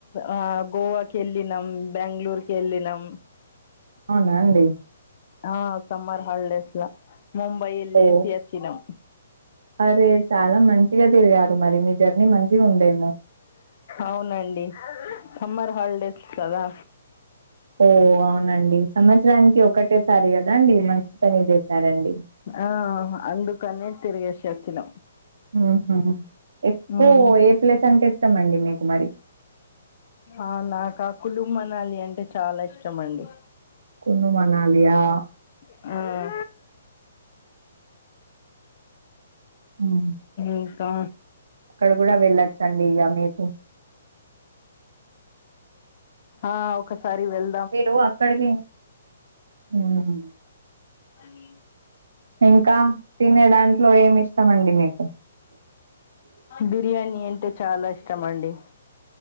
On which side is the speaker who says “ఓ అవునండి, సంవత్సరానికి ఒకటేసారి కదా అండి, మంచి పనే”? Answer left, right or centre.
Right